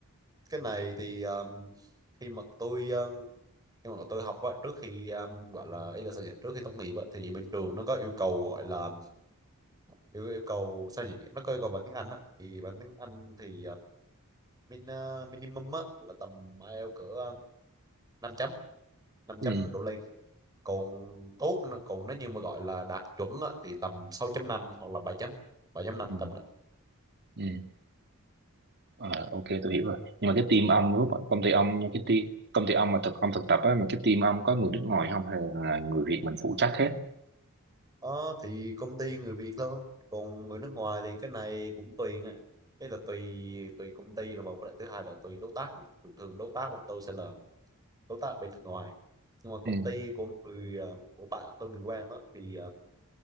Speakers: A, on the right (about 15°); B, on the right (about 50°).
A: cái này thì ờm, khi mà tôi ờ, khi mà tôi học á, trước khi ờm, gọi là ý là sao nhỉ trước khi tốt nghiệp á, thì bên trường nó có yêu cầu gọi là yêu yêu cầu sao nhỉ nó có yêu cầu bằng tiếng Anh á thì bằng tiếng Anh thì ờ, min, ờ, minimum á, là tầm IELTS cỡ ờ, 5 chấm 5 chấm
B: ừ
A: đổ lên còn tốt nữa- còn nếu như mà gọi là đạt chuẩn á, thì tầm sáu chấm năm hoặc là bảy chấm bảy chấm năm
B: ừ
A: tầm đó
B: ừ Ờ, ok tôi hiểu rồi nhưng mà cái team ông lúc mà công ty ông nha, cái team công ty ông mà thực ông thực tập á mà cái team ông có người nước ngoài không hay là người Việt mình phụ trách hết
A: Ờ, thì công ty người Việt thôi còn người nước ngoài thì cái này cũng tùy nghe. cái là tùy tùy công ty là một cái thứ hai là tùy đối tác thường thường đối tác của tôi sẽ là đối tác ở bên nước ngoài nhưng mà công
B: ừ
A: ty của người ờ, của bạn tôi người quen đó thì ờ,